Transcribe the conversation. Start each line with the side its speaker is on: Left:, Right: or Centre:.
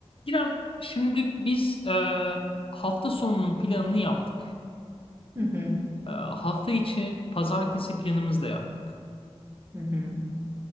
Left: İrem, şimdi biz e, hafta sonunun planını yaptık.
Right: Hı hı,
Left: E, hafta içi pazartesi planımızı da yaptık.
Right: hı hı.